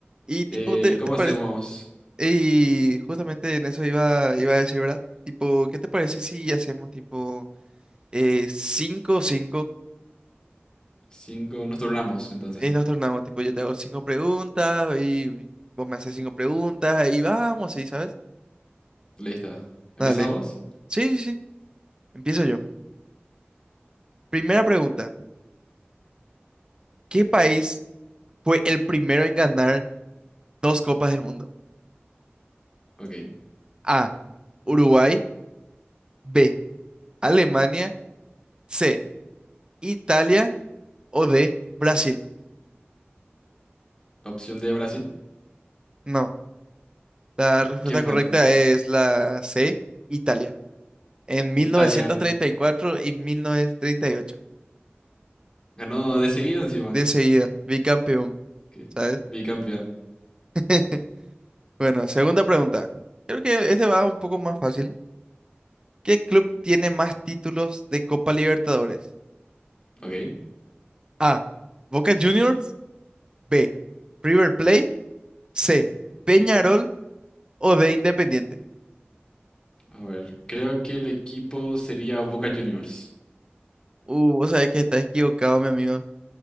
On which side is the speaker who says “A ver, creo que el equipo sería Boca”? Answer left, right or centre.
Left